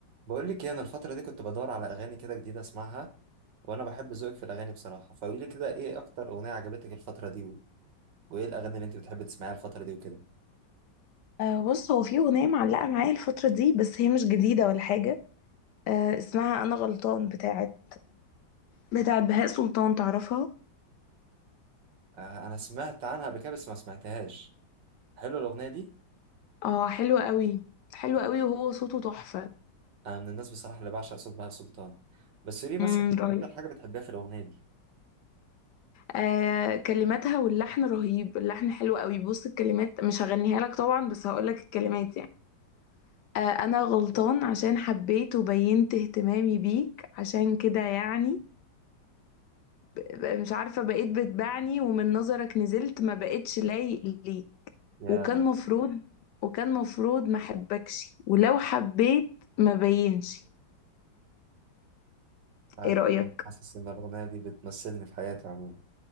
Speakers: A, on the right; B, on the left.
A: بقول لك ايه انا الفتره دي كنت بدور على اغاني كده جديده اسمعها وانا بحب ذوقك في الاغاني بصراحه فقولي لي كده ايه اكتر اغنيه عجبتك الفتره دي و... وايه الاغاني اللي انت بتحبي تسمعيها الفتره دي وكده
B: أه بص هو في أغنية معلقة معايا الفترة دي بس هي مش جديدة ولا حاجة أه اسمها أنا غلطان بتاعت بتاعت بهاء سلطان تعرفها
A: آه انا سمعت عنها قبل كده بس ما سمعتهاش حلوه الاغنيه دي
B: اه حلوة قوي حلوة قوي وهو صوته تحفة
A: انا من الناس بصراحه اللي بعشق صوت بهاء سلطان بس قولي مثلا
B: امم رهيب
A: إيه اكتر حاجه بتحبيها في الاغنيه دي
B: آه كلماتها واللحن رهيب اللحن حلو قوي بص الكلمات مش هغنيها لك طبعا بس هقولك الكلمات يعني آه انا غلطان عشان حبيت وبينت اهتمامي بيك عشان كده يعني ب- ب- مش عارفة بقيت بتبعني ومن نظرك نزلت ما بقيتش لايق ليك
A: يا
B: وكان مفروض وكان مفروض ما احبكش ولو حبيت ما بينش
A: بعد
B: ايه رأيك
A: ما حاسس ان الاغنيه دي بتمثلني في حياتي عموما